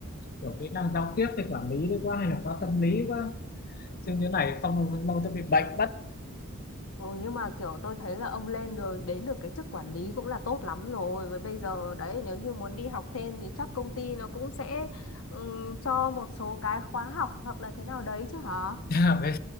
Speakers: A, on the left; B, on the left.
A: kiểu kỹ năng giao tiếp với quản lý đấy quá hay là khóa tâm lý quá chứ như này không lâu tôi bị bệnh
B: Ừ, nhưng mà kiểu tôi thấy là ông lên đường đến được cái chức quản lý cũng là tốt lắm rồi. Với bây giờ đấy nếu như muốn đi học thêm thì chắc công ty nó cũng sẽ ừm, cho một số cái khóa học hoặc là thế nào đấy chứ hả?
A: <laughs> bây,